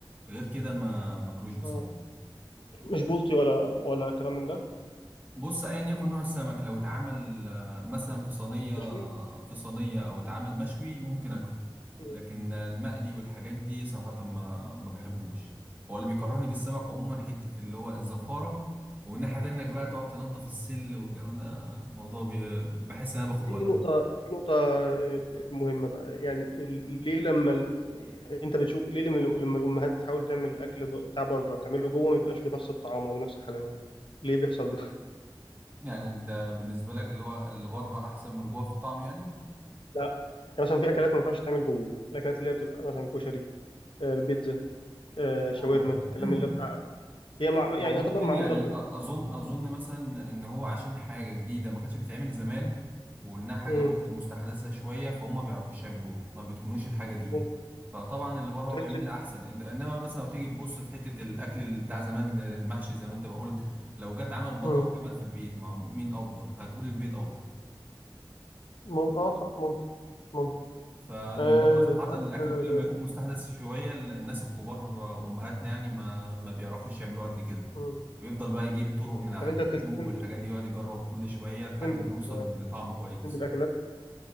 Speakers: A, on the right; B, on the left.
A: غير كده ما ماكلوش بصراحه
B: اه مش بلطي ولا ولا كلام من ده
A: بص ايا يكن نوع السمك لو اتعمل آه، مثلا في صينيه
B: مشوي
A: في صينيه او اتعمل مشوي ممكن اكله
B: مم.
A: لكن المقلي والحاجات دي صراحة ما ما بحبوش هو اللي بيكرهني في السمك عموما حتة اللي هو الزفارة ومن ناحية تانية انك بقى تقعد تنضف السل والجو ده موضوع بي... بحس ان انا باخد
B: في
A: وقت
B: نقطه في نقطه آه، مهمه بقى يعني ال- ليه لما ال... انت بتشوف ليه لما لما الامهات تحاول تعمل الاكل ب- بتاع بره تعمله جوه ما بيبقاش بنفس الطعام او نفس الحلاوه ليه بيحصل ده <laughs>
A: يعني انت بالنسبة لك اللي هو اللي بره احسن من جوه في الطعم يعني
B: لا يعني مثلا في اكلات ما ينفعش تعمل جوه الاكلات اللي هي بتبقى مثلا كشري آه، بيتزا آه، شاورما
A: اه
B: الكلام
A: <clears throat>
B: اللي هو بتاع هي مع...
A: وممكن
B: يعني يعتبر معموله
A: يعني
B: لبره
A: أ- اظن اظن مثلا ان هو عشان حاجة جديدة ما كانتش بتتعمل زمان وانها حاجة
B: مم.
A: برضه مستحدثة شوية فهم ما بيعرفوش يعملوها ما بيتقنوش الحاجة دي
B: ممكن
A: فطبعا اللي بره
B: تحس
A: هو بيعمل
B: ان
A: لي احسن انت انما مثلا لو تيجي تبص في حته الاكل اللي بتاع زمان المحشي زي ما انت ما قلت لو جت عمل بره
B: مم.
A: واتعمل في البيت ما هو مين افضل هتقول البيت افضل
B: ممكن اه صح ممكن ممكن
A: فاللي
B: آه،
A: بره صراحه
B: ساعات
A: الاكل
B: آه،
A: كل ما يكون مستحدث شويه الناس الكبار امهاتنا يعني ما ما بيعرفوش يعملوه قد كده
B: مم.
A: بيفضل بقى يجيب طرق من على
B: طب انت
A: اليوتيوب
B: بتلتزم
A: والحاجات دي يقعد يجرب كل شويه لحد
B: بتلتزم بال-
A: ما يوصل لطعم كويس
B: بتلتزم بالاكلات